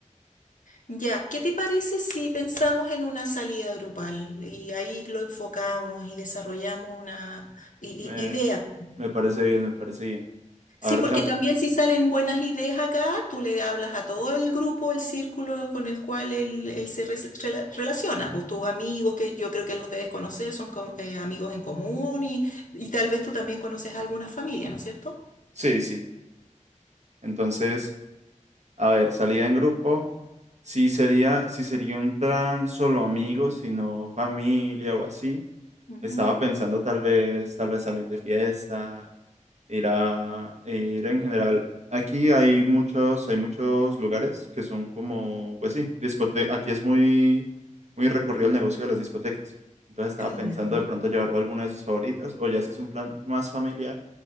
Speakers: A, on the left (about 80°); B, on the right (about 60°).
A: Ya, ¿qué te parece si pensamos en una salida grupal y ahí lo enfocamos y desarrollamos una i-
B: Me,
A: i- idea?
B: me parece bien, me parece bien. A
A: Sí,
B: ver,
A: porque
B: deja...
A: también
B: pi-
A: si salen buenas ideas acá, tú le hablas a todo el grupo, el círculo con el cual él, él se res- rela- relaciona, pues tus amigos, que yo creo que los debes conocer, son co- eh, amigos en común y, y tal vez tú también conoces a alguna familia, ¿no es cierto?
B: Sí, sí. Entonces... A ver, salida en grupo. sí sería, sí sería un plan solo amigos, sino familia o así.
A: Ujú.
B: Estaba pensando tal vez, tal vez salir de fiesta, ir a, ir en general. Aquí hay muchos, hay muchos lugares que son como, pues sí, discote. Aquí es muy, muy recurrido el negocio de las discotecas. Entonces estaba
A: <clears throat>
B: pensando
A: Ya.
B: de pronto llevarlo a alguna de sus favoritas, o ya si es un plan más familiar,